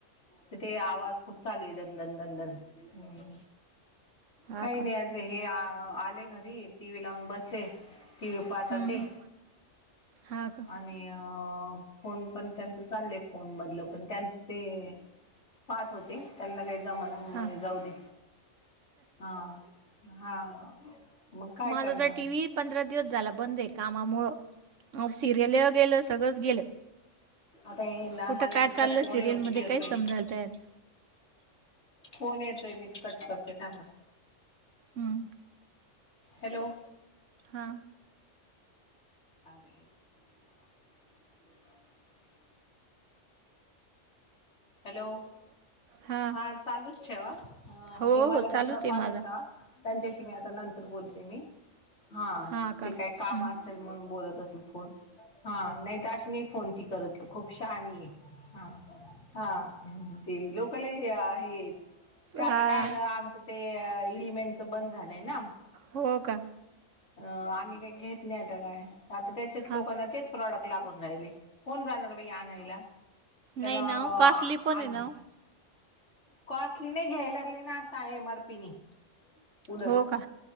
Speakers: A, on the left (about 65°); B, on the right (about 75°).
A: तिथे आवाज खूप चालूय दन दन दन दन हम्म.
B: हा
A: काय
B: का
A: नाही आज हे आले घरी टी व्ही लावून बसले. टीवी पाहतात
B: हम्म
A: ते
B: हम्म हा का
A: आन आणि अ फोन पण त्यांच चाललंय फोनमधलं पण त्यांच ते पहात होत ते त्यांना काय जमना म्हणे
B: हा
A: जाऊ दे. हा हा मग काय
B: माझा
A: करणार
B: तर
A: आहे
B: टीव्ही पंधरा दिवस झाला बंद आहे कामामुळं अ सिरियल गेलं सगळंच गेलं
A: आता हे ना
B: कुठं
A: मला
B: काय
A: दुसरा
B: चाललंय
A: फोन
B: सिरियल
A: येऊ
B: मध्ये
A: येतोय
B: काय समजायला तयार नाही.
A: फोन येतोय मीट कट करते थांबा.
B: हम्म
A: हॅलो
B: हा
A: अरे देव <unintelligible> हॅलो
B: हां
A: हा चालूच ठेवा अ
B: हो
A: ते मला
B: हो चालूच
A: दुसरा
B: आहे
A: कॉल
B: माझा
A: येता त्यांच्याशी मी आता नंत तर बोलते मी हा
B: हां का
A: ते काय काम
B: हं
A: असेल म्हणून बोलत असेल फोन. हा नाही तर अशी नाही फोन ती करत खूप शहाणी आहे. हा हा ते लोकं लई हे आहेत ते आता
B: हा
A: काय झालं आमचं ते एलिमेंटच बंद झालंय ना.
B: हो का
A: अ आम्ही काय घेत नाही आता बाया आता त्याच्यात
B: हा
A: लोकाला तेच प्रॉडक्ट लागून राहिले कोण जाणार बाई आणायला? त्याला
B: नाही ना ओ कॉस्टली
A: आ
B: पण
A: आण
B: आहे ना ओ.
A: कॉस्टली नाय घ्याय लागले ना आता एम आर पीनी उलट
B: हो का